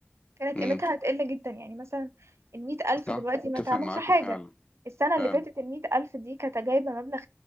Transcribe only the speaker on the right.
كانت
قيمتها هتقل جدا يعني مثلا المئة ألف
دلوقتي
ما اتعملش
حاجة
السنة اللي
فاتت المئة ألف دي كانت جايبة مبلغ